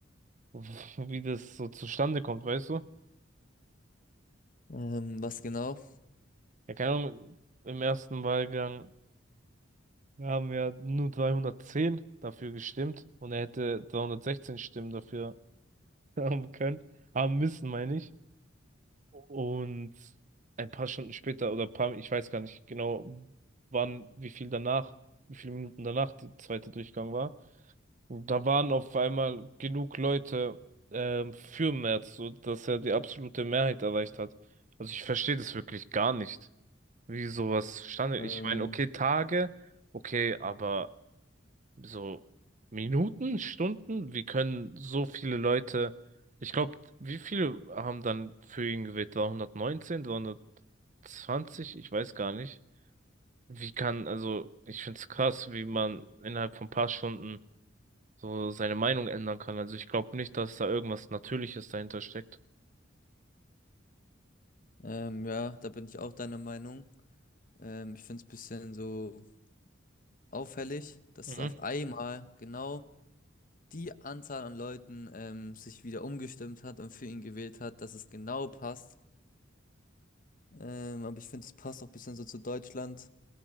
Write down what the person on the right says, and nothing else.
<laughs> wie das so zustande kommt, weißt du?
Ja, keine Ahnung, im ersten Wahlgang haben ja nur 210 dafür gestimmt und er hätte 316 Stimmen dafür <laughs> haben können, haben müssen, meine ich. Und ein paar Stunden später oder ein paar, ich weiß gar nicht genau, wann, wie viel danach, wie viele Minuten danach der zweite Durchgang war. Und da waren auf einmal genug Leute ähm, für Merz, so dass er die absolute Mehrheit erreicht hat. Also ich verstehe das wirklich gar nicht. wie sowas zustande.
Ich meine, okay, Tage, okay, aber so Minuten, Stunden, wie können so viele Leute, ich glaube, wie viele haben dann für ihn gewählt? War 119, Ich weiß gar nicht. Wie kann, also, ich finde es krass, wie man innerhalb von ein paar Stunden so seine Meinung ändern kann. Also, ich glaube nicht, dass da irgendwas Natürliches dahinter steckt.
Mhm.